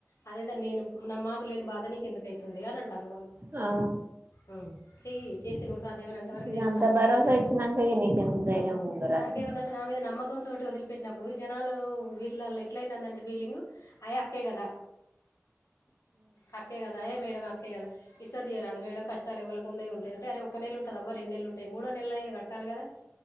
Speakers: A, on the left; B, on the right.
A: అదేధో నేను నా మాకు లేని బాధ నీకు ఎందుకయితుంది అని అంటారు వాళ్ళు
B: అ
A: ఆ చెయ్యి చేసి నువ్వు సా దేవునింత వరకు
B: ఇగ
A: చేస్తాను
B: అంత
A: చేయట్లేదు
B: భరోసా ఇచ్చినంక ఇగ నీకెందుకు ధైర్యం ఉండరాదు
A: నాకేమందంటే నా మీద నమ్మకం కోపంతోటి వదిలిపట్టినప్పుడు జనాల తోటి వీళ్ళలో ఎట్ల అవుతుందంటే ఫీలింగ్ అ అక్కే కదా ఆక్కే కదా ఏ మేడమ ఆక్కే కద ఇస్తం తీయారాదు మేడం కష్టాలు ఎవ్వలకు ఉండయి ఉంటయి ఆరే ఒక నెల ఉంటదమ్మ రెండు నెలుంటాయి మూడోనెలయినా కట్టాలి కాదా